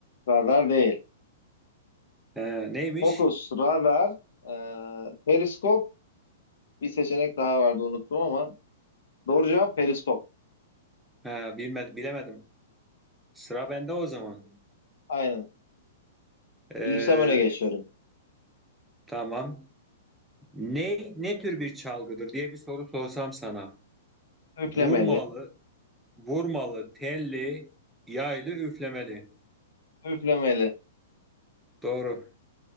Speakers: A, on the left; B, in the centre.
A: radar değil.
B: Ee, neymiş?
A: Fokus, radar, e, periskop. Bir seçenek daha vardı unuttum ama. Doğru cevap periskop.
B: Ha, bilmedim, bilemedim. Sıra bende o zaman.
A: Aynen.
B: Ee,
A: Bilirsem öne geçiyorum.
B: tamam. Ne ne tür bir çalgıdır diye bir soru sorsam sana.
A: Üflemeli,
B: Vurmalı, Vurmalı, telli, yaylı, üflemeli.
A: üflemeli.
B: Doğru.